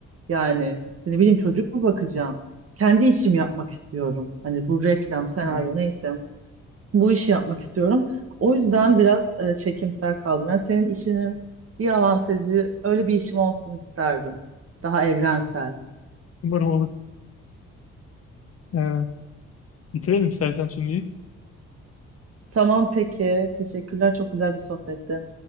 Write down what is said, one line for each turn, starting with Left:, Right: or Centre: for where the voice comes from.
Right: Yani ne bileyim çocuk mu bakacağım? Kendi işimi yapmak istiyorum. Hani bu reklam, senaryo
Left: hı.
Right: neyse bu işi yapmak istiyorum. O yüzden biraz e, çekimser kaldım. Yani senin işinin bir avantajı öyle bir işim olsun isterdim. Daha evrensel.
Left: Umarım olur. E, bitirelim istersen şimdilik.
Right: Tamam peki. Teşekkürler. Çok güzel bir sohbetti.